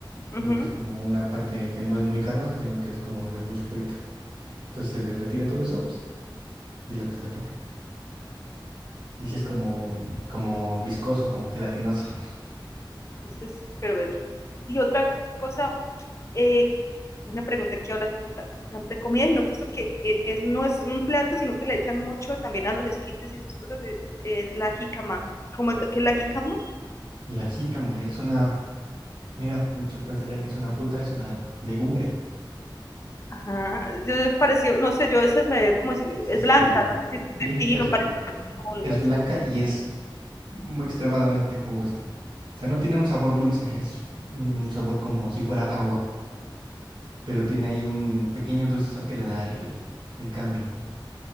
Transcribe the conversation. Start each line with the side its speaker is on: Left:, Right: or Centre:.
Right: ves
Left: ujú.
Right: que es como una parte que no es muy carnosa, sino que es como de mucho cuerito. Entonces se le retira todo eso pues, y es lo que se le pone. Y sí
Left: Uh,
Right: es como, como viscoso, como gelatinoso. <laughs>
Left: es sí, pero es- y otra cosa, eh, una pregunta que hablan pues, tanto de comida, sino que esto que eh, es, no es un plato, sino que le echan mucho también a los esquites y esas cosas, es, es la jicama. ¿Cómo es, ¿Qué es la jicama?
Right: La jícama es una, mira, muchos pensarían que es una fruta, es una legumbre.
Left: Ajá, yo es parecido, no sé, yo a veces me veo como
Right: Y
Left: si
Right: es
Left: es
Right: este,
Left: blanca, no sé si es
Right: sí,
Left: pepino,
Right: es,
Left: parecido pepino o algo
Right: es
Left: así.
Right: blanca y es mu- extremadamente jugosa. O sea, no tiene un sabor dulce, es un sabor como si fuera agua, pero tiene ahí un pequeño dulcezón que le da el, el cambio.